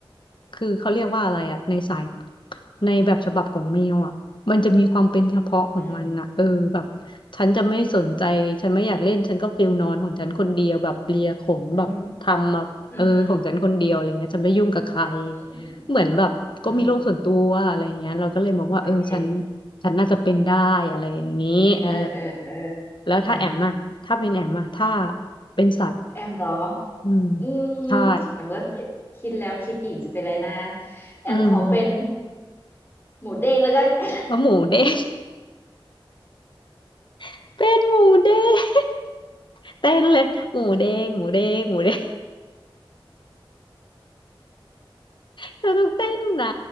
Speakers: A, on the left; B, on the left.
A: คือเขาเรียกว่าอะไรอ่ะในสายในแบบฉบับของแมวอ่ะมันจะมีความเป็นเฉพาะของมันอ่ะเออแบบ
B: อืม
A: ฉันจะไม่สนใจฉันไม่อยากเล่นฉันก็ฟิลนอนของฉันคนเดียวแบบเลียขนแบบทำแบบ
B: อืมอืมอืม
A: เออของฉันคนเดียวอะไรเงี้ยฉันไม่ยุ่งกับใคร
B: อืมอืม
A: เหมือนแบบก็มีโลกส่วนตัวอะไรเงี้ยเราก็เลยมองว่าเออฉัน
B: อืมโอเค
A: ฉันน่าจะเป็นได้อะไรอย่างนี้เออ
B: เออเออเออ
A: แล้วถ้าแอมอะถ้าเป็นแอมอะถ้า
B: ค่ะ
A: เป็นสัตว์
B: แอมเหรอ
A: อืม
B: อืม
A: ใช่
B: แอมก็คิดคิดแล้วคิดอีกจะเป็นอะไรนะแอมขอเป็น
A: อืม
B: หมูเด้งแล้วกัน
A: ว่าหมูเด้ง <laughs> เป็นหมูเด้ง <laughs> เต้นเลยหมูเด้งหมูเด้งหมูเด้งเธอต้องเต้นนะ